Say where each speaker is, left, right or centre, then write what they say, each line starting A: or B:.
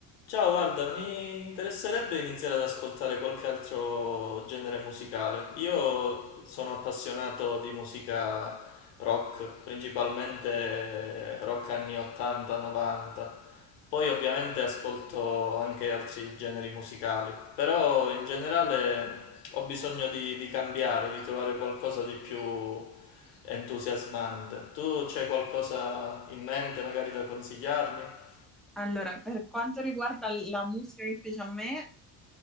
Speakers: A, on the left (about 85°); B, in the centre.
A: Ciao, guarda, mi interesserebbe iniziare ad ascoltare qualche altro genere musicale. Io sono appassionato di musica rock, principalmente rock anni 80-90. Poi ovviamente ascolto anche altri generi musicali, però in generale ho bisogno di, di cambiare, di trovare qualcosa di più entusiasmante. Tu c'hai qualcosa in mente magari da consigliarmi?
B: Allora, per quanto riguarda la musica che piace a me,